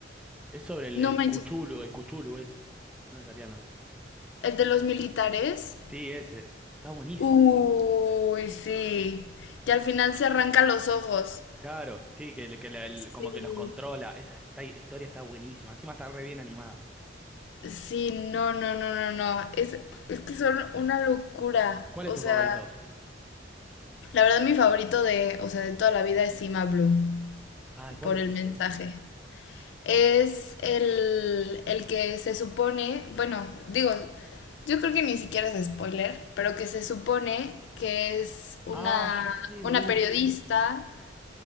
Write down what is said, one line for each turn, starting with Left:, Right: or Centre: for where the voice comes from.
Centre: Es sobre el,
Left: no
Centre: el
Left: manches,
Centre: Cuchulu, el Cuchulu ese. No me salía el nombre.
Left: el de los militares.
Centre: Sí, ese. Está buenísimo.
Left: Uy, sí, que al final se arranca los ojos.
Centre: Claro, sí, que, le- que le- el-
Left: Sí,
Centre: como que los controla. Esa esta- historia está buenísima. Encima está re bien animada.
Left: sí, no, no, no, no, no, es, es que son una locura.
Centre: ¿Cuál
Left: O
Centre: es tu
Left: sea,
Centre: favorito?
Left: la verdad mi favorito de, o sea, de toda la vida es Cima Blue,
Centre: Ah, ¿cuál
Left: por
Centre: es
Left: el
Centre: ese?
Left: mensaje. es el, el que se supone, bueno, digo, yo creo que ni siquiera es spoiler, pero que se supone que es una,
Centre: Ah, ya sé,
Left: una
Centre: lo vi el
Left: periodista.
Centre: otro día.